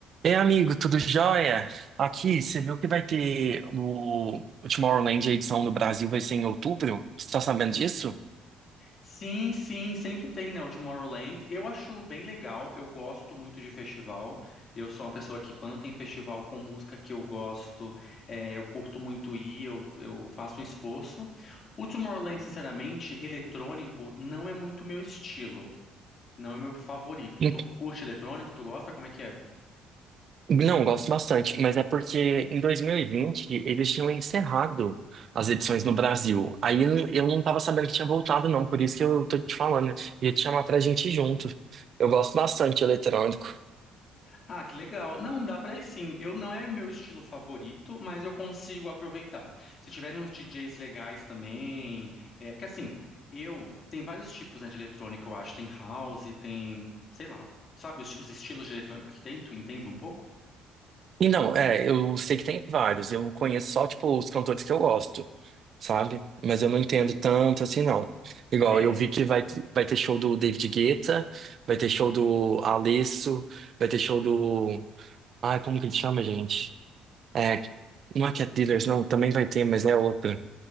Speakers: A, on the right; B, on the left.
A: É amigo, tudo jóia? Aqui, você viu que vai ter o, o Tomorrowland, a edição no Brasil vai ser em outubro? Você tá sabendo disso?
B: Sim, sim, sempre tem, né, o Tomorrowland. Eu acho bem legal, eu gosto muito de festival. Eu sou uma pessoa que, quando tem festival com música que eu gosto, eh, eu curto muito ir, eu, eu faço um esforço. O Tomorrowland, sinceramente, eletrônico não é muito meu estilo, não é meu favorito.
A: Ent-
B: Tu curte eletrônico? Tu gosta? Como é que é?
A: Não, gosto bastante, mas é porque em 2020 eles tinham encerrado as edições no Brasil. Aí eu eu não tava sabendo que tinha voltado, não, por isso que eu tô te falando. Ia te chamar pra gente ir junto. Eu gosto bastante de eletrônico.
B: Ah, que legal. Não, dá pra ir sim. Eu não é meu estilo favorito, mas eu consigo aproveitar. Se tiverem uns DJs legais também, é, porque assim, eu tem vários tipos, né, de eletrônica, eu acho. Tem house, tem, sei lá, sabe os, os estilos de eletrônica que tem? Tu entende um pouco?
A: E não, é, eu sei que tem vários, eu conheço só, tipo, os cantores que eu gosto. sabe? Mas eu não entendo tanto assim, não. Igual,
B: É,
A: eu vi que vai, vai ter show do David Guetta, vai
B: Hum.
A: ter show do Alesso, vai ter show do. Ai, como que ele chama, gente? É, não é Cat Dealers, não, também vai ter, mas é outra.